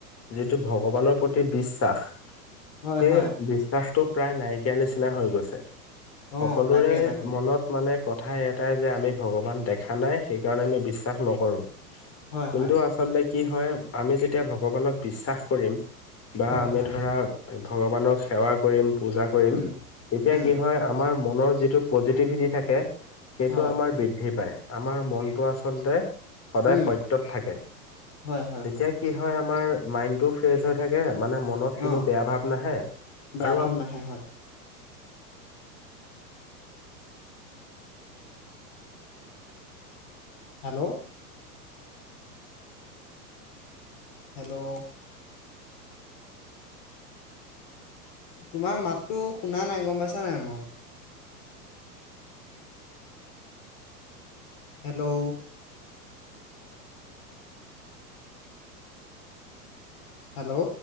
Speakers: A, on the left (about 30°); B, on the left (about 50°).
A: যিটো ভগৱানৰ প্ৰতি বিশ্বাস।
B: হয়
A: সেই
B: হয়
A: বিশ্বাসটো প্ৰায় নাইকিয়া নিচিনা হৈ গৈছে।
B: অ
A: সকলোৰে
B: তাকে তাকে
A: মনত মানে কথা এটাই যে আমি ভগৱান দেখা নাই, সেইকাৰণে আমি বিশ্ শাস নকৰো,
B: হয় হয়
A: কিন্তু কি হয় আমি যে তিয়া ভগৱানক বিশ্বাস কৰিম - বা
B: হয়
A: আমি
B: হয়
A: ধৰা ভগৱানক সেৱা কৰিম পূজা কৰিম
B: উম
A: তেতিয়া
B: উম
A: কি হয় - আমাৰ মনৰ যিটো পজেতিভিটি থাকে সেইটো
B: হয়
A: আমাৰ বৃদ্ধি পায়, আমাৰ মনটো আ চলতে সদায়
B: উম
A: সত্যত থাকে।
B: হয় হয়
A: তেতিয়া - কি হয় আমাৰ মাইনটো ফ্ৰেচ হৈ থাকে, মানে মনত
B: অ
A: কোনো বেয়া ভাব নাহে,
B: বেয়া
A: আৰু
B: ভাৱ
A: আ
B: নাহে হয়। হেল্লো'। হেল্লো'। তোমাৰ মাতো শুনা নাই গম পাইছা নাই মই। হেল্লো'। হেল্লো'।